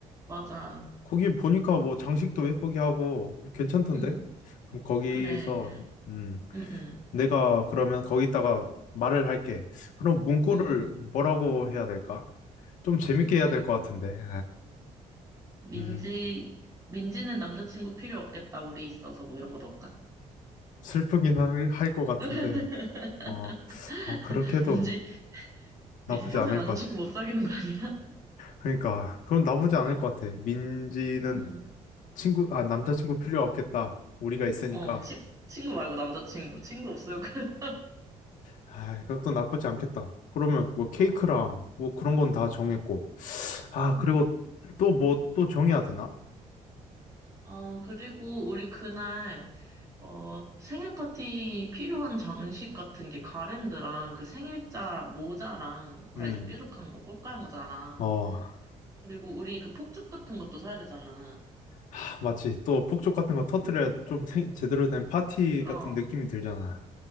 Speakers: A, on the right; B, on the left.
A: 맞아.
B: 거기 보니까 뭐 장식도 예쁘게 하고, 괜찮던데?
A: 응,
B: 그럼 거기서,
A: 그래.
B: 음.
A: 응, 응,
B: 내가 그러면 거기다가 말을 할게. 그럼 문구를
A: 응, 응.
B: 뭐라고 해야 될까? 좀 재밌게
A: 응.
B: 해야 될 것 같은데. 에
A: 민지,
B: 음,
A: 민지는 남자친구 필요 없겠다, 우리 있어서 뭐 이런 거 넣을까?
B: 슬프긴 할 것 같은데.
A: <laughs>
B: 어, 아, 그렇게 해도
A: 민지,
B: 나쁘지
A: 민지 평생
B: 않을
A: 남자친구
B: 것 같아.
A: 못 사귀는 거 아니야?
B: 그러니까, 그럼 나쁘지 않을 것 같아. 민지는
A: 응.
B: 친구, 아, 남자친구 필요 없겠다. 우리가 있으니까.
A: 어, 치, 친구 말고 남자친구. 친구 없어요, 그래.
B: 아, 그것도 나쁘지 않겠다. 그러면 뭐 케이크랑
A: 어,
B: 뭐 그런 건 다 정했고.
A: 응,
B: 아,
A: 응.
B: 그리고 또 뭐 또 정해야 되나?
A: 어, 그리고 우리 그날, 어, 생일 파티 필요한 장식 같은 게 가랜드랑 그 생일자 모자랑, 그
B: 음.
A: 이제 뾰족한 거, 꽃갈 모자랑,
B: 어,
A: 그리고 우리 그 폭죽 같은 것도 사야 되잖아.
B: 하, 마치 또 폭죽 같은 거 터트려야 좀 생- 제대로 된 파티
A: 그럼,
B: 같은 느낌이 들잖아.